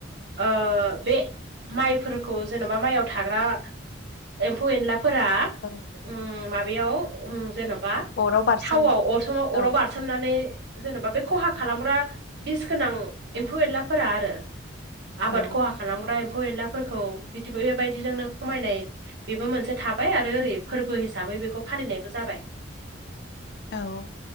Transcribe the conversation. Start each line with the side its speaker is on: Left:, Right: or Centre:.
Right: ओ बे माइफोरखौ जेन'बा माइआव थाग्रा एम्फौ एनलाफोरा
Left: औ
Right: ओम माबायाव जेन'बा
Left: अराव बारसोम
Right: थावआव अर समाव अराव
Left: औ
Right: बारस होननानै जेन'बा बे खहा खालामग्रा बिस गोनां एम्फौ एनलाफोरा आरो। आबाद
Left: औ
Right: खहा खालामग्रा एम्फौ एनलाफोरखौ बिदि बेबायदिजोंनो खमायनाय बेबो मोनसे थाबाय आरो ओरै फोरबो हिसाबै बेखौ फालिनायबो जाबाय।
Left: औ